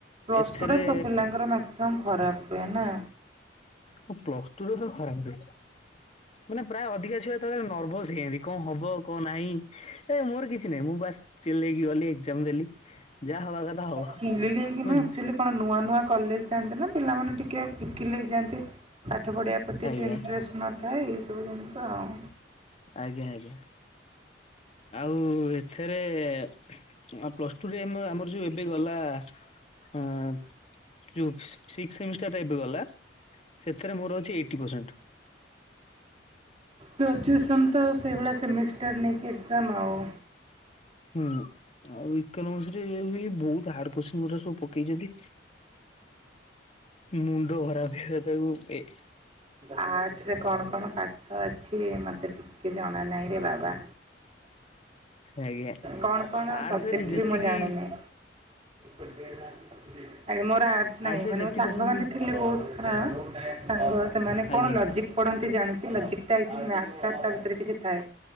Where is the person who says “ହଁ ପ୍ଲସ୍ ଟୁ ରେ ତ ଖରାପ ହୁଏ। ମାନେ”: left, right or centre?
Left